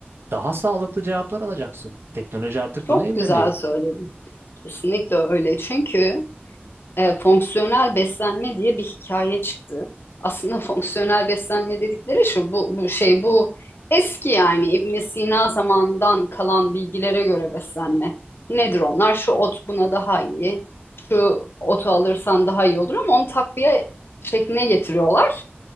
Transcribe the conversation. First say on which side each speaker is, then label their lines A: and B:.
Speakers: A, on the right; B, on the left.
A: daha sağlıklı cevaplar alacaksın. Teknoloji artık
B: Çok
A: buna evriliyor.
B: güzel söyledin.
A: <laughs>
B: Kesinlikle öyle. Çünkü e, fonksiyonel beslenme diye bir hikaye çıktı. Aslında <laughs> fonksiyonel beslenme dedikleri şu, bu, bu şey bu eski yani İbn Sina zamandan kalan bilgilere göre beslenme. Nedir onlar? Şu ot buna daha iyi. Şu otu alırsan daha iyi olur ama onu takviye şekline getiriyorlar.